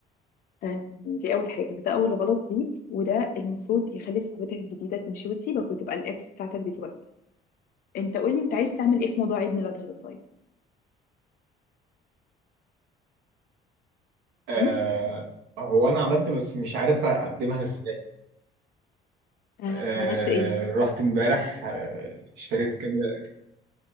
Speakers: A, on the left; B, on the right.
A: آه، دي اول حاجه فده اول غلط ليك وده المفروض يخلي صاحبتك الجديده تمشي وتسيبك وتبقى الاكس بتاعتك دلوقتي انت قولي انت عايز تعمل ايه في موضوع عيد ميلادها ده طيب
B: آه،
A: م?
B: هو انا عملت بس مش عارف اقدمها ازاي
A: آه
B: آه،
A: عملت ايه
B: رحت امبارح آه، اشتريت كاميرا